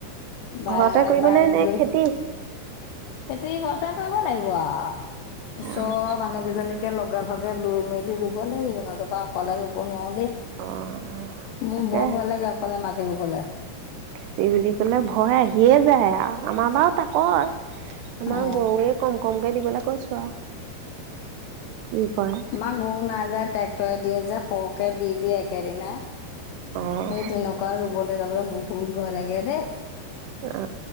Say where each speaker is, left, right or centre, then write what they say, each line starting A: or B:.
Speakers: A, on the left (about 80°); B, on the right (about 80°).
A: বা
B: ঘৰতে কৰিবনে
A: বাইক
B: নে
A: লৈ
B: খেতি।
A: খেতি ঘৰতে কৰিব লাগিব আৰু।
B: অ',
A: ওচৰৰ মানুহকেইজনীক একে লগে ভাগে লৈ মেলি ৰুব লাগিব নতুবা অকলে ৰুব নোৱাৰো দেই।
B: অ'।
A: মোৰ
B: তাকে
A: বৰ ভয় লাগে অকলে মাত এই ৰুবলে।
B: খেতি বুলি ক'লে ভয় আহিয়েই যায় আৰু আমাৰ বাৰু তাকৰ। আমাৰ
A: অ
B: গৰুৱে কম কমকৈ দিব লৈ কৈছো আৰু। কি কৰে।
A: মাক গৰু নাযায়। ট্ৰেক্টৰে দিয়ে যে সৰকে দি দি একেদিনাই। সেই
B: অ',
A: তেনেকুৱা ৰুবলে। যাবলৈ বহুত ভয় লাগে দেই।
B: অ